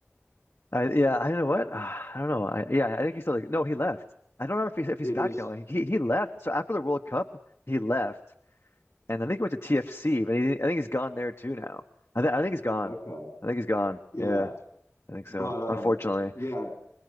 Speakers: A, on the left; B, on the left.
A: I yeah, I don't know what. <sighs> I don't know. I yeah, I think he's still like no, he left. I don't remember if he's if he's
B: They
A: back
B: just
A: now. He he left. So after the World Cup, he left, and I think he went to TFC, but he, I think he's gone there too now. I think I think he's gone.
B: okay.
A: I think he's gone.
B: Yeah.
A: Yeah, I think so.
B: But um
A: Unfortunately,
B: yeah,